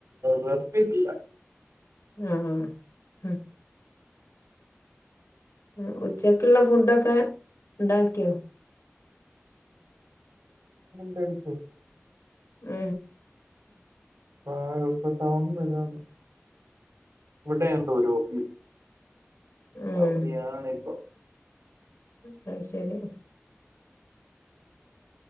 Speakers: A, on the right; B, on the left.
A: വെറുപ്പില്ല
B: ആഹ് ഉം ഉം ഉച്ചക്കുള്ള ഫുഡൊക്കെ ഉണ്ടാക്കിയോ
A: കഴിക്കും <unintelligible>
B: ആ
A: ആ ഇപ്പംടൗണ് വരാണ് ഇവിടെയാണ്ടോരു ഓഫീ
B: ഉം
A: അൗടിയാണിപ്പൊ
B: അത് ശരി